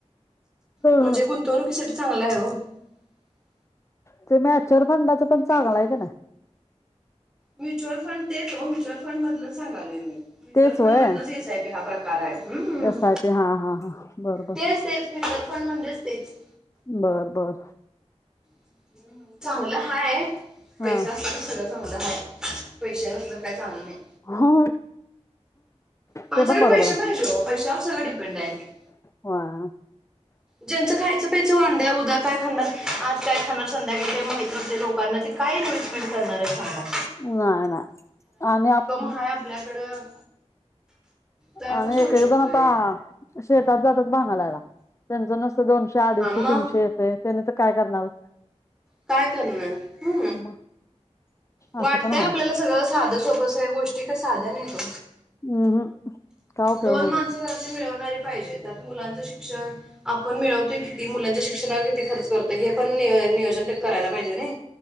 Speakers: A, on the left (about 25°); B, in the centre.
A: ह
B: म्हणजे गुंतवणुकीसाठी? कठ चांगला आहे हो <unintelligible>
A: ते म अचर <unintelligible> फंदाचा,
B: हो
A: पण चांगलाय की नाय?
B: म्युच्युअल फंड तेचो म्युच्युअल फंड मधलच सांगालय मी <unintelligible> म्युच्युअल
A: तेच
B: फंड
A: वय
B: मधलाच एसआयपी हा प्रकार आहे. हू..
A: एस आय पी हा हा हा बर बर
B: तेच, तेच म्युच्युअल फंड म्हणजे तेच.
A: बर बर
B: <unintelligible> चांगलं हाय पैसा
A: हा
B: असला तर सगळं चांगलं हाय पैश नसलं काय चांगलं नाही
A: हो
B: माणसाकडे
A: ते पण बरोबर
B: पैसे
A: आहे
B: पाहिजे पैशावर सगळं <unintelligible> पिढ आहे <inaudible>
A: होय
B: ज्यांच खायचं- प्यायचं वांद्य हे. उद्या काय खाणार? आज काय खणार संध्याकाळी माहित नसते लोकांना ती काही न <inaudible> ण करणार्या शाळा <inaudible>
A: नाय ना आ <unintelligible>
B: हाय आपल्याकडं तर आपण
A: आणि
B: करू
A: एक,
B: शकतोय
A: एक जण आता शेतात जातात भांगालायला. त्यांच नस- फक्त दोनशे, अडीचशे,
B: हा मग
A: तिनशे येतंय त्यानी त- काय करणार <unintelligible>
B: काय करणार? हम.
A: मग
B: वाटतंय
A: असं पण आहे
B: आपल्याला, सगळं साधं सोप दुसर्या गोष्टी काही साध्या नाहीत हो.
A: हम् हम् काय उपयोग
B: दोन
A: नाही
B: माणसं
A: त्याचा.
B: घरातली मिळवणारी पाहिजेत. मुलांच शिक्षण आपण मिळवतोय किती मुलांच्या शिक्षणावर किती खर्च करतोय हे पण नियोजन करायला पाहिजे.